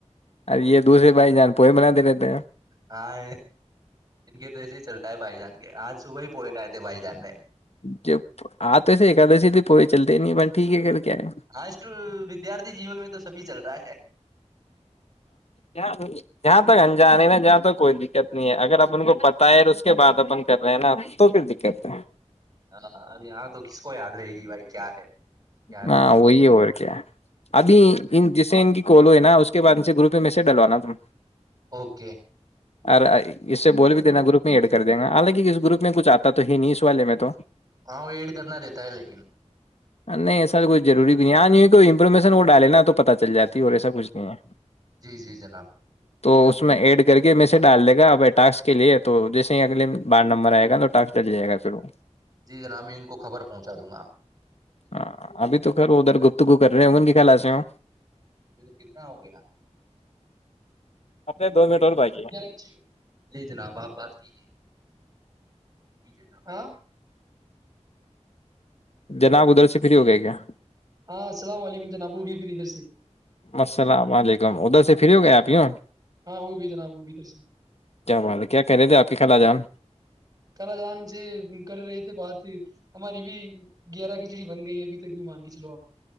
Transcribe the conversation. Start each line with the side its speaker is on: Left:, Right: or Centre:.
Left: اور یہ دوسرے بھائی جان پورور بناتے رہتے ہیں
Right: ہاں ان کے تو ایسے ہی چلتا ہے بھائی جان آج صبح ہی پوڑے گئے تھے بھائی جانے ہیں
Left: ج آ توس ایکدی ت پہچ چلتے نہیں ب ٹھیک ہے کر کیا ہے
Right: ہاں اسٹ ودیارتھی جیون میں تو سبھی چل رہا ہے
Left: جہاں تک انجانے نا جہاں تک کوئی دقت نہیں ہے اگر اپ ان کو پتا ہے تو اس کے بعد اپن کر رہے ہیں نا تو پھر دقت ہے
Right: ہاں اب یہاں تو کس کو یاد رہے گی بھائی کیا ہے کیا
Left: ہاں
Right: نہیں ہے
Left: وہی اور کیا ابھی ان جیسے ان کی کال ہوئے نا اس کے بعد ان سے گروپ میں میسج ڈلوانا تم
Right: اوکے
Left: ار اس سے بول بھی دینا گروپ میں ایڈ کر دے گا حالانکہ اس گروپ میں کچھ آتا تو ہی نہیں اس والے میں تو
Right: ہاں وہ ایڈ کرنا دیتا ہے لیکن
Left: نہیں ایسا تو کوچئی روری بھی نہیں ہے نہیں کوئی انفارمیشن وہ ڈالے نا تو پتاہ چل جاتی اور ایسا کچھ نہیں ہے
Right: جی جی جناب
Left: تو اس میں ایڈ کر کے میں سے ڈال دے گا ابائی ٹک کے لیے تو جیسے ہی اگل بار نمبر آئے گا تو ٹاسک ڈل جائے گا پھر وہ
Right: جی جناب میں ان کو خبر پہنچا دوں گا
Left: ہاں ابھی تو خھر ادھر گفتگو کر رہے ہیںگ ان کی خلا سےے ہو
Right: تو کتنا ہو گیا
Left: اپنے دو
Right: ہو
Left: منٹ
Right: گیا
Left: اور باقی ہے۔
Right: ج جناب آپ بات کیجے <unintelligible>
Left: جناب ادھر سے فری ہو گئے کیا
Right: ہاں السلام علیکم جناب ہوگی جر سے
Left: السلام علیکم ادھر سے فری ہو گئے آپ یوں
Right: ہاں ہوگی جناب ہوگی ادھر سے
Left: کیا بات ہے کیا کہہ رہے تھے آپ کی کل آ جان
Right: کال جان سے کر رہے تھے بات ہماری بھی گیارہ کھچڑی بن گئی ابھی تک بھی مان لیی چلو آپ